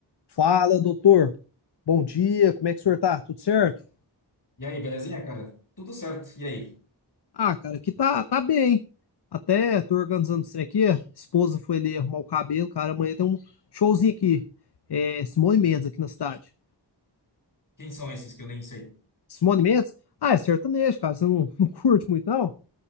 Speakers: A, on the left; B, on the left.
A: Fala, doutor. Bom dia, como é que o senhor tá? Tudo certo?
B: E aí, belezinha, cara? Tudo certo. E aí?
A: Ah, cara, aqui tá, tá bem. Até tô organizando isso aqui. A esposa foi ali arrumar o cabelo, cara. Amanhã tem um showzinho aqui. É, Simone Mendes aqui na cidade.
B: Quem são esses que eu nem sei?
A: Simone Mendes? Ah, é sertanejo, cara. Você não, <laughs> não curte muito, não?